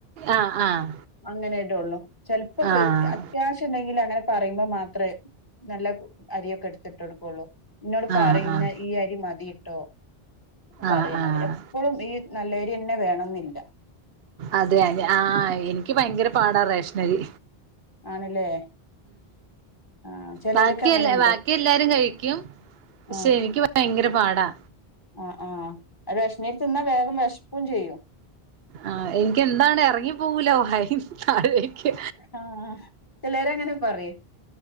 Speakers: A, on the right; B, on the left.
A: ആഹ് ആഹ്
B: അങ്ങനെ ഇട്. ചിലപ്പോ കൊഴ്
A: ആഹ്
B: ക്യാഷ് ഉണ്ടെങ്കിൽ അങ്ങനെ പറയുമ്പോ മാത്രമേ നല്ല അരിയൊക്കെ എടുത്തിട്ട് കൊടുക്കുള്ളൂ. ഇന്നോട് പറയും
A: ആഹ് ആഹ്
B: ഇന്ന് ഈ അരി മതിട്ടോ. പറയെന്നോട്
A: ആഹ് ആഹ്
B: എപ്പോഴും ഈ നല്ലരി തന്നെ വേണെന്നില്ല.
A: അതെ അതെ ആഹ് എനിക്ക് ഭയങ്കര പാടാ റേഷൻ അരി.
B: ആണല്ലേ. ആഹ് ചിലരൊക്കെ
A: ബാക്കിയെല്ലാ
B: അങ്ങനെണ്ട്
A: ബാക്കിയെല്ലാവരും കഴിക്കും പക്ഷെ
B: ആഹ്
A: എനിക്ക് ഭയങ്കര പാടാ.
B: ആഹ് ആഹ് അ റേഷണരി തിന്നാൽ വേഗം വിഷക്കും ചെയ്യും.
A: ആഹ് എനിക്ക് എന്താണ് ഇറങ്ങി പോവൂല വയന്ന് താഴേക്ക്
B: ആഹ് ചിലരങ്ങനെ പറയൂ.